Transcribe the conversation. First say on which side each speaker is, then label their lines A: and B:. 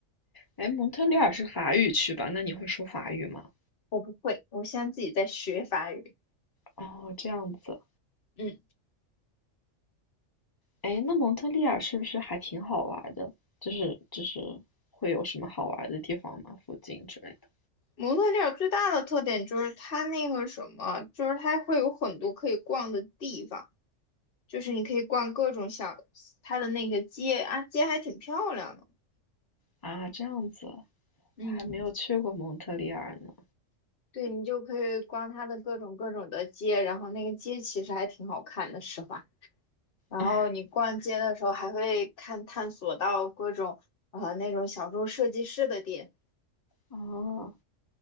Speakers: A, on the left; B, on the left.
A: 哎，蒙特利尔是法语区吧？那你会说法语吗？
B: 我不会，我现在自己在学法语。
A: 哦，这样子。
B: 嗯，
A: 哎，那蒙特利尔是不是还挺好玩的？就是就是会有什么好玩的地方吗？附近之类的？
B: 蒙特利尔最大的特点就是它那个什么，就是它会有很多可以逛的地方。就是你可以逛各种小，它的那个街啊，街还挺漂亮的。
A: 啊，这样子，
B: 嗯，
A: 我还没有去过蒙特利尔呢。
B: 对，你就可以逛它的各种各种的街，然后那个街其实还挺好看的，实话。然后你逛街的时候还会看探索到各种呃那种小众设计师的店，
A: <laughs> 哦，